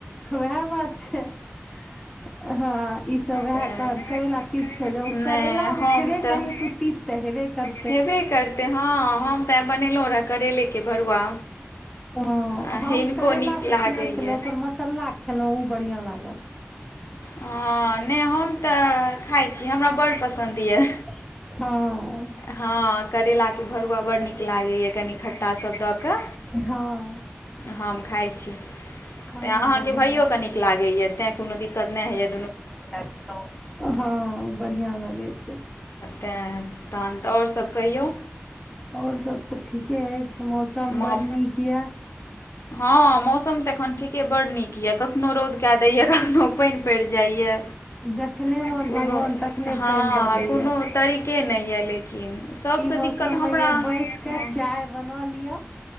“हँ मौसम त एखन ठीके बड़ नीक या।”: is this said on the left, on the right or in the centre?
Left